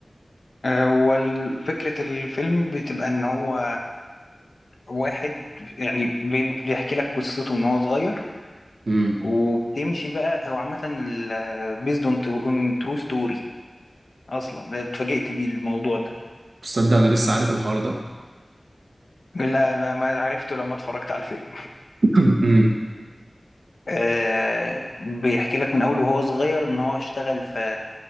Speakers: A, on the left; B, on the right.
A: آه، هو ال- فكرة الفيلم بتبقى إن هو واحد يعني بي- بيحكي لك قصته من هو صغير
B: امم
A: وبتمشي بقى هو عامة بيزد اون ترو ستوري اصلا ده اتفاجئت بيه الموضوع ده
B: تصدق انا لسه عارف الحوار ده
A: لا لا، ما عرفته لما اتفرجت على الفيلم
B: <clears throat> امم
A: آه بيحكي لك من اول وهو صغير ان هو اشتغل في